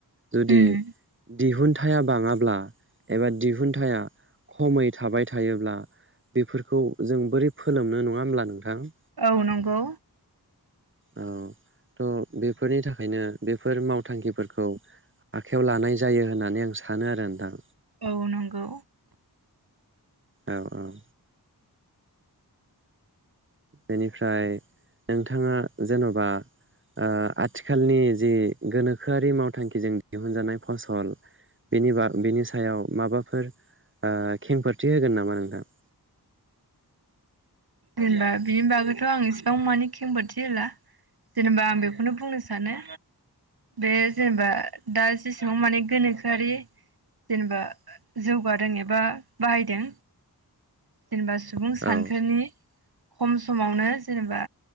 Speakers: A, on the right (about 30°); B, on the right (about 65°).
A: जुदि
B: उम
A: दिहुनथाया बाङाब्ला एबा दिहुनथाया खमै थाबाय थायोब्ला बेफोरखौ जों बोरै फोलोमनो नङा होमब्ला नोंथां।
B: औ नंगौ।
A: औ थ बेफोरनि थाखायनो बेफोर मावथांखिफोरखौ आखायाव लानाय जायो होननानै आं सा सानो आरो नोंथां।
B: औ नंगौ।
A: औ औ बेनिफ्राय नों थाङा जेनबा आ आथिखालनि जि गोनोखोआरि मावथांखिजों दिहुनजानाय फसल बिनि बा बिनि सायाव माबाफोर आ खेंफोरथि होगोन नामा नों? <inaudible>
B: जेनेबा बिनि बागैथ' आं इसिबां माने खेंफोरथि होला जेनेबा आं बेखौनो बुंनो सानो बे जेनेबा दा जेसेबां माने गोनोखोआरि जेनेबा जौगादों एबा बाहायदों जेनेबा सुबुं सानखोनि
A: औ
B: खम समावनो जेनेबा